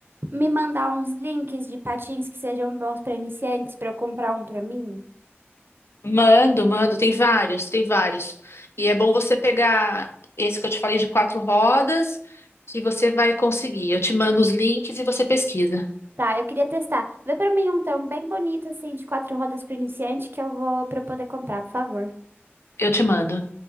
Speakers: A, on the right (about 55°); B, on the left (about 70°).
A: me mandar uns links de patins que sejam bons para iniciantes para eu comprar um para mim?
B: Mando, mando, tem vários, tem vários. E é bom você pegar esse que eu te falei de quatro rodas, que você vai conseguir. Eu te mando os links e você pesquisa.
A: Tá, eu queria testar. Vê para mim um tão bem bonito, assim, de quatro rodas para iniciante que eu vou para poder comprar, por favor.
B: Eu te mando.